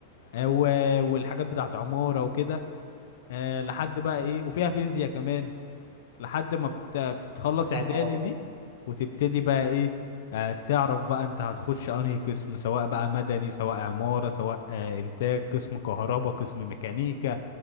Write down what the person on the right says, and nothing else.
يا
نهار ابيض